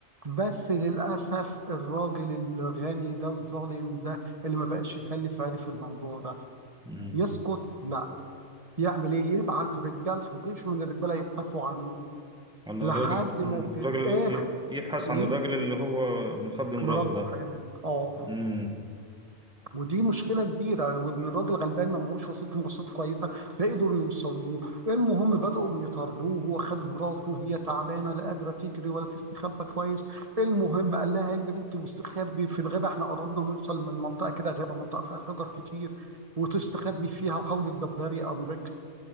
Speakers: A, on the right; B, in the centre.
A: بس للاسف الراجل الغني ده الظالم ده اللي ما بقاش يخلف عرف الموضوع ده
B: أمم.
A: يسكت لا يعمل ايه يبعت رجالته جيش من الرجاله يبحثوا عنه
B: عن
A: لحد
B: الراجل أمم.
A: ما في
B: الراجل
A: الاخر
B: يب- يبحث
A: ايه
B: عن الراجل اللي هو مخبي مراته
A: مراته
B: ده
A: حامل اه
B: امم
A: ودي مشكله كبيره وان الراجل غلبان ما معهوش وسيله مواصلات كويسه لا قدروا يوصلوا له المهم بداوا يطاردوه هو خد مراته هي تعبانه لا قادره تجري ولا تستخبى كويس المهم قال لها اجري انت واستخبي في الغابه احنا قربنا نوصل من منطقه كده غابه منطقه فيها شجر كتير وتستخبي فيها وحاولي تدبري امرك